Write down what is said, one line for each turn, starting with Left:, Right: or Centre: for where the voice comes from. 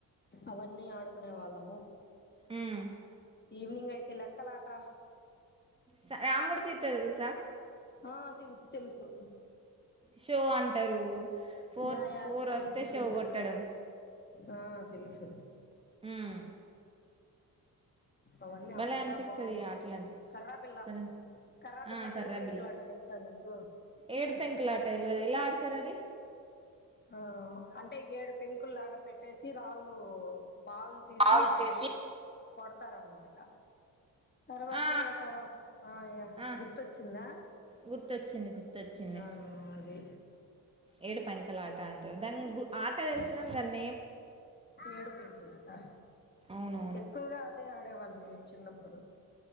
Left: అవన్నీ ఆడుకునే వాళ్ళము
Right: ఉమ్
Left: ఈవినింగ్ అయితే లెక్కలాట
Right: స రాముడు సీత తెలుసా
Left: ఆ తెలుసు తెలుసు
Right: షో అంటారు ఫోర్
Left: యా యా
Right: ఫోర్
Left: తెలుసు
Right: వస్తే షో
Left: తెలుసు
Right: కొట్టడం
Left: ఆ తెలుసు
Right: ఉమ్
Left: అవన్నీ
Right: భలే
Left: అప్పుడుదా
Right: అనిపిస్తది
Left: బాగుండే
Right: ఇగ ఆటలన్నీ
Left: కర్ర బిల్లా
Right: కదా
Left: కర్ర బిల్లా
Right: ఆ కర్రా
Left: ఏడు పెంకులాట
Right: బిల్ల
Left: తెలుసా నీకు
Right: ఏడు పెంకుల ఆట తెల్వదు ఎలా ఆడుతారు అది
Left: ఆ అంటే ఏడు పెంకులు లాగా పెట్టేసి రాళ్ళు బాల్ తీసి
Right: కాలు
Left: దాన్ని
Right: తీసి
Left: కొడతారనమాట తర్వాత
Right: ఆ
Left: ఒకరు ఆ యా
Right: ఆ
Left: గుర్తొచ్చిందా
Right: గుర్తొచ్చింది గుర్తొచ్చింది
Left: ఆ అది
Right: ఏడు పెంకల ఆట అంటారు దాన్ని గు ఆట తెలుసు కానీ దాన్ని
Left: ఏడు పెంకులాట
Right: అవునవును
Left: ఎక్కువగా అదే ఆడ్ ఆడేవాళ్ళం మేము చిన్నప్పుడు